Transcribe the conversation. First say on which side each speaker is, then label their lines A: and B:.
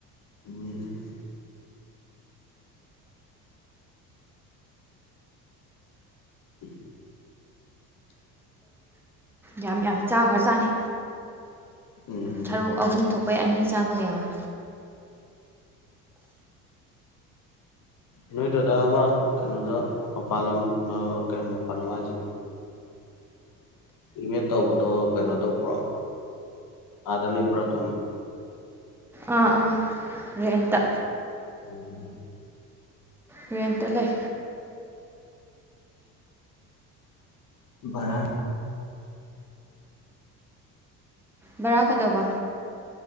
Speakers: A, on the left; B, in the centre.
A: ꯎꯝ ꯎ
B: ꯌꯥꯝ ꯌꯥꯝ ꯆꯥ ꯈ꯭ꯔ ꯆꯥꯅꯤ
A: ꯎꯝ
B: ꯁꯔꯨꯛ ꯑꯍꯨꯝ ꯊꯣꯛꯄꯩ ꯑꯅꯤ ꯆꯥꯕ ꯀ ꯌꯥꯎꯋꯦ
A: ꯅꯣꯏꯗꯨꯗ ꯑꯃ ꯀꯩꯅꯣꯗ ꯃꯄꯥꯜ ꯂꯝ ꯃꯄꯥꯜ ꯂꯝ ꯍꯥꯏꯁꯤ ꯏꯃꯦꯠ ꯇꯧꯕꯗꯣ ꯀꯩꯅꯣ ꯇꯧꯕ꯭ꯔꯣ ꯑꯥꯗ ꯂꯩꯕ꯭ꯔꯥ ꯑꯗꯨꯝ
B: ꯑꯥ ꯑꯥ ꯔꯦꯟꯇ
A: ꯎꯝ
B: ꫪꯦꯟꯇ ꯂꯩ
A: ꯕꯔꯗ
B: ꯕꯔꯥ ꯀꯗꯧꯕ